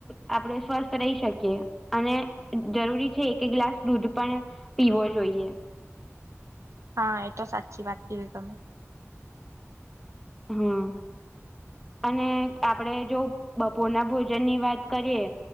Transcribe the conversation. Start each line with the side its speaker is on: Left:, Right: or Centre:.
Centre: આપડે સ્વસ્થ રહી શકીએ અને જરૂરી છે, એક ગ્લાસ દૂધ પણ પીવો જોઈએ
Right: હા, એ તો સાચી વાત કીધી તમે
Centre: હમ. અને આપણેે જો બપોરના ભોજન ની વાત કરીએ